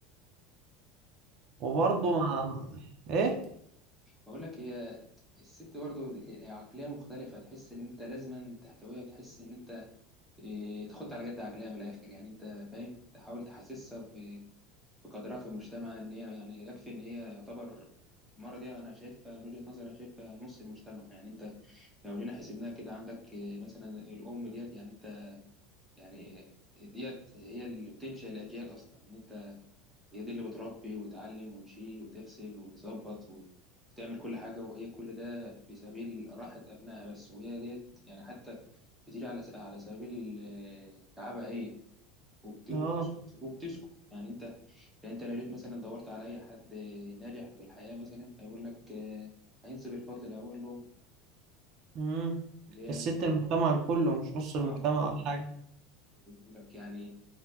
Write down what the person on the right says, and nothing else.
وبرضه مع إيه
آه
مم.
الست المجتمع كله مش نص المجتمع
ولا حاجة